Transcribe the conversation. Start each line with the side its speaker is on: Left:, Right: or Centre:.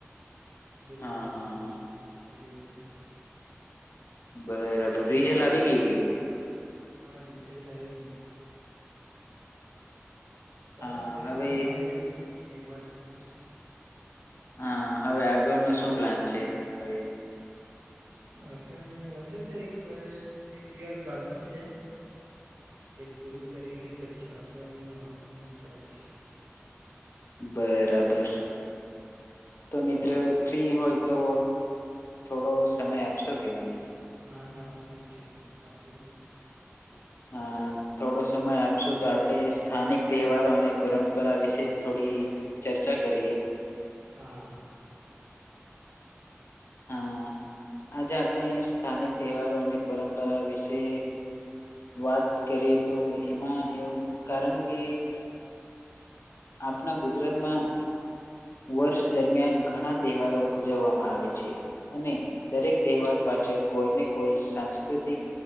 Right: જેવું
Left: હા
Right: ચાલવાનું
Left: હા હા
Right: તેવું ચાલી રહ્યું છે.
Left: બરાબર રીઝલ આવી ગઈ કે
Right: હા રિઝલ્ટ આવી ગયું સારું
Left: હા
Right: પરિણામ
Left: હવે
Right: આવ્યું એમાં જ ખુશ
Left: હા હવે આગળ ન શું પ્લાન છે હવે?
Right: આગળનું હજુ તો એક વર્ષ એક યર બાકી છે. એ પૂરું કરીને પછી આગળનું આગળ વિચારીશ.
Left: બરાબર. તો મિત્ર ફ્રી હોય તો થોડો સમય આપશો કે મને
Right: હા હા ફ્રી છું આપીલું.
Left: <inaudible> અ થોડો સમય આપશો તો આપણેે સ્થાનિક તહેવારો અને પરંપરા વિશે થોડી ચર્ચા કરીએ.
Right: હા.
Left: હા આજે આપણે સ્થાનિક તહેવારો અને પરંપરા વિશે વાત કરીએ તો એમાં એવું કારણ કે આપણા ગુજરાતમાં વર્ષ દરમિયાન ઘણા તહેવારો ઉજવવામાં આવે છે અને દરેક તહેવાર પાસે છે કોઈ ને કોઈ સાંસ્કૃતિક